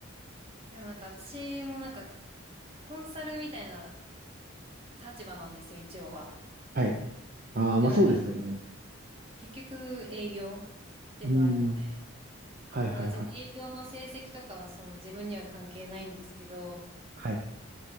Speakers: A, on the right; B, on the right.
A: でもなんか、私もなんか、コンサルみたいな立場なんですよ、一応は。
B: はい。ああ、
A: でもなんか、
B: まあそうですよね。
A: 結局営業でもあるので、
B: うん。はいはいはい。
A: なんか別に営業の成績とかはその自分には関係ないんですけど、
B: はい。